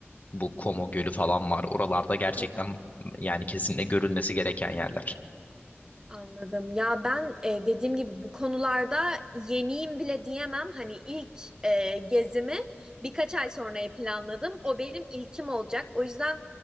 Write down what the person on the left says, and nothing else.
Bu Como Gölü falan var. Oralarda gerçekten
yani kesinlikle görülmesi gereken yerler.